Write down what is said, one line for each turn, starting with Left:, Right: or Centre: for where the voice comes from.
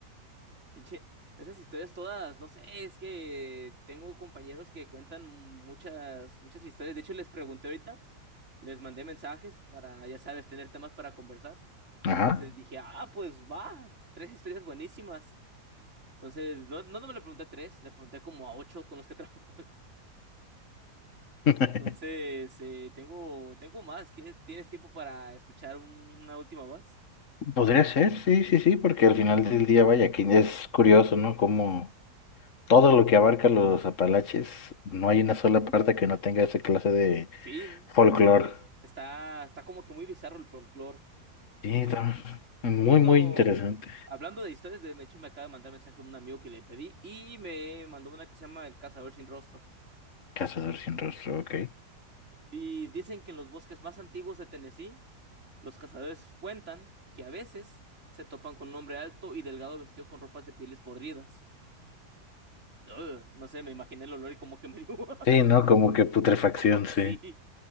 Right: Pinche, esas historias todas, no sé, es que tengo compañeros que cuentan muchas, muchas historias. De hecho, les pregunté ahorita, les mandé mensajes para, ya sabes, tener temas para conversar.
Left: ajá.
Right: Entonces dije, ah, pues va, tres historias buenísimas. Entonces, no, no, no me le pregunté a tres, le pregunté como a ocho con los que trabajo. <laughs>
Left: <laughs>
Right: Entonces, eh, tengo, tengo más. ¿Quie- ¿Tienes tiempo para escuchar un- una última voz?
Left: Podría ser, sí, sí, sí, porque al final del día, vaya, que es curioso, ¿no? Cómo. Todo lo que abarca los Apalaches, no hay una sola parte que no tenga esa clase de
Right: Sí,
Left: folclore.
Right: está, está como que muy bizarro el folclore.
Left: Sí,
Right: Eh,
Left: está muy,
Right: justo
Left: muy interesante.
Right: hablando de historias, de hecho me acaba de mandar mensaje un amigo que le pedí y me mandó una que se llama El cazador sin rostro.
Left: Cazador sin rostro, ok.
Right: Di- dicen que en los bosques más antiguos de Tennessee, los cazadores cuentan que a veces se topan con un hombre alto y delgado vestido con ropas de pieles podridas. Ugh, no sé, me imaginé el olor y como que me dio <laughs> asco.
Left: Sí, ¿no? Como que putrefacción,
Right: Sí.
Left: sí.